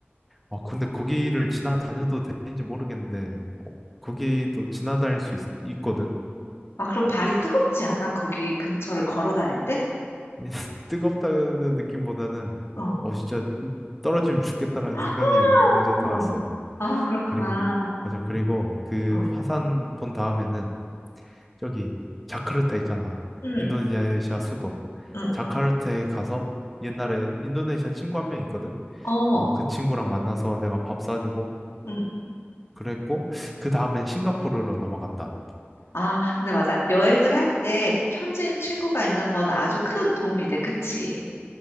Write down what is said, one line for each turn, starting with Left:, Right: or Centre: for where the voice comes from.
Centre: 아, 근데 거기를 지나다녀도 되는지 모르겠는데, 어, 거기도 지나다닐 수 있, 거든
Left: 아, 그럼 발이 뜨겁지 않아? 거기 근처를 걸어 다닐 때?
Centre: <laughs> 뜨겁다는 느낌보다는,
Left: 어,
Centre: 어, 진짜 음, 떨어지면 죽겠다라는
Left: <laughs>
Centre: 생각이 먼저 들었어.
Left: 어. 아, 그렇구나.
Centre: 그리, 맞아. 그리고 그
Left: 어,
Centre: 화산 본 다음에는 저기 자카르타 있잖아.
Left: 응,
Centre: 인도네시아 수도.
Left: 응,
Centre: 자카르타에 가서 옛날에 인도네시아 친구 한 명 있거든.
Left: 어.
Centre: 어, 그 친구랑 만나서 내가 밥 사주고
Left: 응.
Centre: 그랬고, 그 다음엔 싱가포르로 넘어갔다.
Left: 아, 근데 맞아. 여행을 할 때 현지인 친구가 있는 거는 아주 큰 도움이 돼. 그치?